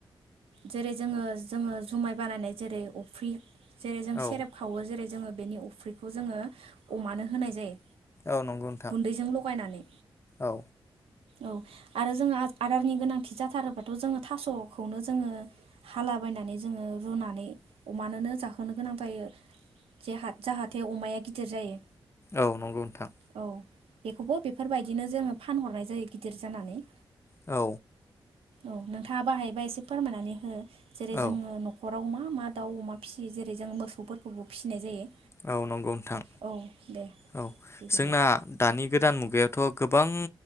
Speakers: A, on the right; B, on the left.
A: जेरै जोङो जोङो जुमाय बानायनाय जेरै अफ्रि जेरै जों
B: औ
A: सेरेब खावो जेरै जोङो बेनि अफ्रिखौ जोङो अमानो होनाय जायो
B: औ नंगौ नोंथां
A: गुन्दैजों लगायनानै
B: औ
A: औ आरो जोङो आदारनि गोनांथि जाथारोबाथ' जोङो थास'खौनो जोङो हालाबायनानै जोङो रुनानै अमानोनो जाहोनो गोनां जायो जे जाहाथे अमाया गिदिर जायो
B: औ नंगौ नोंथां
A: औ बेखौबो बेफोरबायदिनो जोङो फानहरनाय जायो गिदिर जानानै
B: औ
A: औ नोंथाङाबो हायोबा एसे फोरमायनानै हो जेरै
B: औ
A: जोङो न'खर नखराव मा मा दाउ अमा फिसियो जेरै जोंङो मोसौफोरखौबो फिसिनाय जायो
B: औ नंगौ नोंथां
A: औ दे
B: औ
A: बिदिब्ला
B: जोंना दानि गोदान मुगायाव थ' गोबां